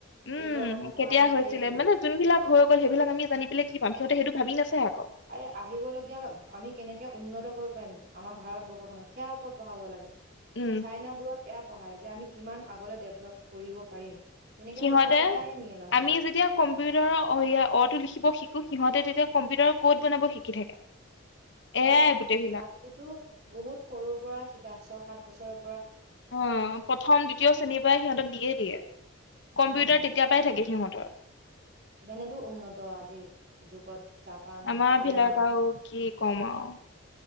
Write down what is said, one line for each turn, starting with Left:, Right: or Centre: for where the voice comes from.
Left: উম,
Right: এইবোৰৰ কথা পঢ়াই
Left: কেতিয়া
Right: থাকোতেই
Left: হৈছিলে
Right: গ'ল
Left: মানে যোন বিলাক হৈ গ'ল সেইবিলাক আমি জানি পেলাই কি পাম সিহঁতে সেইটো ভাবি নাচায় আকৌ
Right: আৰে আহিবলগীয়া আমি কেনেকে উন্নত উন্নত কৰিব পাৰিম আমাৰ ভাৰতবৰ্ষখনক সেয়া ওপৰত পঢ়াবা লাগে।
Left: উম
Right: ছাইনা বোৰত এয়া পঢ়ায় যে আমি কিমান আগলে ডেভলপ কৰিব পাৰিম। তেনেকে
Left: সিহঁতে
Right: পঢ়াই পঢ়ায়ে নিয়ে ল'ৰা ছোৱালী
Left: আমি যেতিয়া কম্পিউটাৰৰ অটো লিখিব শিকো সিহঁতে তেতিয়া কম্পিউটাৰ ক'ত বনাব শিকি থাকে। এয়াই
Right: অ'
Left: গোটেইবিলাক
Right: তাততোতো বহুত সৰুৰ পৰা শিকাই আছ সাত বছৰ
Left: অ', প্ৰথম, দ্বিতীয় শ্ৰেণীৰ পৰাই সিহঁতক দিয়েই দিয়ে, কম্পিউটাৰ
Right: উম
Left: তেতিয়াৰ পৰাই থাকে সিহঁতৰ।
Right: সেইকাৰণেতো উন্নত আজিৰ যুগত জাপান
Left: আমাৰ
Right: চাইনা
Left: ভিলক আৰু কি কমাও।